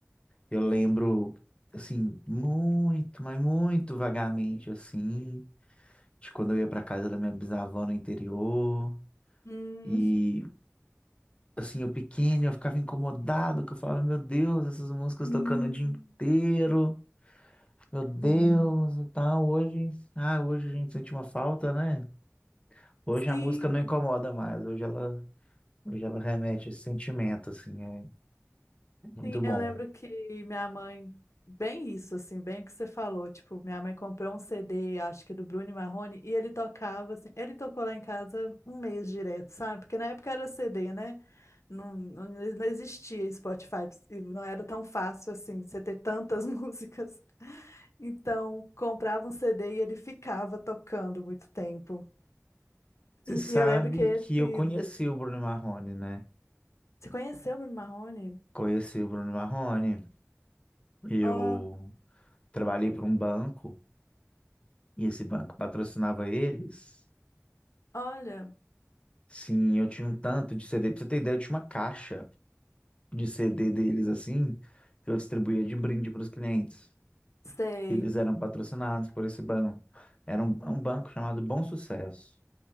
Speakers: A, on the left; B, on the left.
A: eu lembro, assim, muito, mas muito vagamente, assim, de quando eu ia para casa da minha bisavó no interior.
B: Hum,
A: E, assim, eu pequeno, eu ficava incomodado, que eu falava, meu Deus, essas músicas
B: sim,
A: tocando o dia inteiro, meu Deus,
B: sim.
A: e tal. Hoje, ah, hoje a gente sente uma falta, né? Hoje
B: Sim,
A: a música não incomoda mais, hoje ela, hoje ela remete esse sentimento, assim, é muito
B: Sim,
A: bom.
B: eu lembro que minha mãe, bem isso, assim, bem o que você falou, tipo, minha mãe comprou um CD, acho que do Bruno e Marrone, e ele tocava, assim, ele tocou lá em casa um mês direto, sabe? Porque na época era CD, né? Não, não, não existia Spotify, e não era tão fácil, assim, você ter tantas <laughs> músicas. Então, comprava um CD e ele ficava tocando muito tempo.
A: Você sabe
B: E eu lembro que esse...
A: que eu conheci o Bruno Marrone, né?
B: Você conheceu o Bruno Marrone?
A: Conheci o Bruno Marrone. Eu
B: Ó,
A: trabalhei para um banco e esse banco patrocinava eles.
B: olha,
A: Sim, eu tinha um tanto de CD. Pra você ter ideia, eu tinha uma caixa de CD deles assim, que eu distribuía de brinde para os clientes.
B: sei.
A: Eles eram patrocinados por esse banco. Era um, um banco chamado Bom Sucesso.